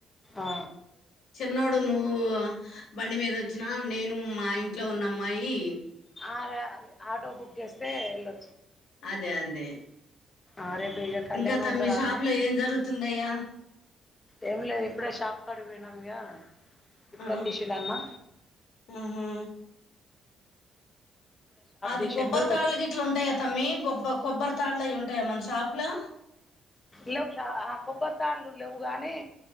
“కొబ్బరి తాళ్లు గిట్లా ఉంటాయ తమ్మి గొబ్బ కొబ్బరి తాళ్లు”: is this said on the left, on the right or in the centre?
Left